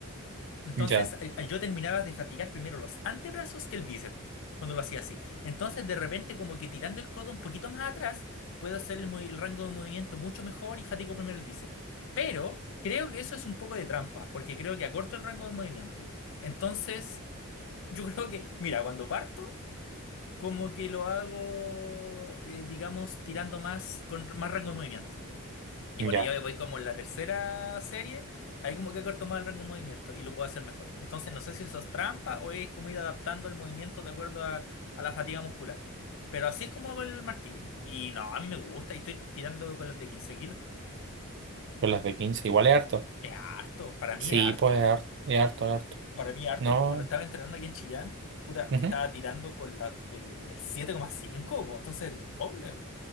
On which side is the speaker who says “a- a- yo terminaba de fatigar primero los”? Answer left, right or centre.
Left